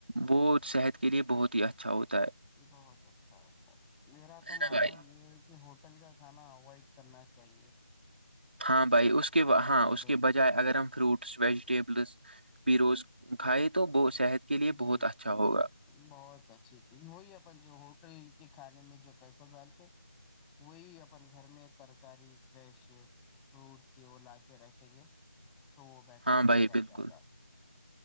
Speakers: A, on the right; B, in the centre.
A: وہ صحت کے لیے بہت ہی اچھا ہوتا ہے
B: یہ بہت اچھا اچا میرا تو
A: ہے نا
B: ماننا
A: بھائی
B: یہ ہے کہ ہوٹل کا کھانا اوائڈ کرنا چاہیے
A: ہاں بھائی اس کے
B: فاسٹ
A: ہاں
B: فوڈ
A: اس کے بچ چاہے اگر ہم فروٹس ویجیٹیبلس بھی روز کھائے تو ب صحت کے لیے
B: جی
A: بہت اچھا
B: جی
A: ہوگا
B: بہت اچھی وہی اپن جو ہوٹل کے کھانے میں جو پیسہ ڈالتے وہی اپن گھر میں ترکاری فریش فروٹ کی وہ لا کے رکھیں گے تو وہ بہتر
A: ہاں بھائی
B: رہے گا
A: بالکل
B: زیادہ